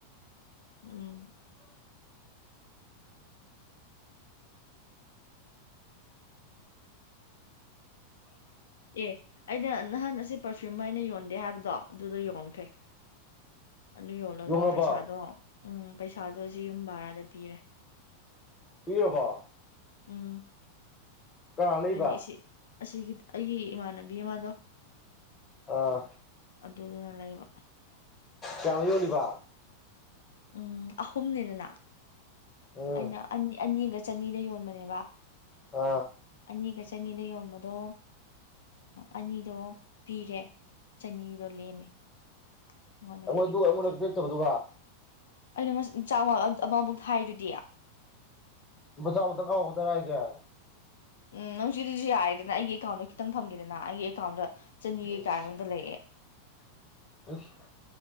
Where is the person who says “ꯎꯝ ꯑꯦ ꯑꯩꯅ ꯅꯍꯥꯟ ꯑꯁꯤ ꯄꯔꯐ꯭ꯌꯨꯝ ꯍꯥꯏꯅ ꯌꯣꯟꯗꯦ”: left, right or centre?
Left